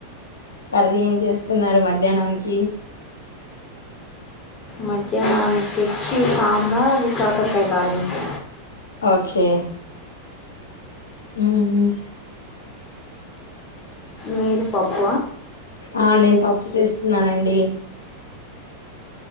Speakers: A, on the left (about 70°); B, on the left (about 30°).
A: కర్రీ ఏం చేస్తున్నారు మధ్యాహ్నానికి
B: మధ్యాహ్నానికి వచ్చి సాంబార్ కాకరకాయ దాలింపు
A: ఓకే ఉమ్
B: మీరు పాప్ప
A: ఆ నేను పప్పు చేస్తున్నానండి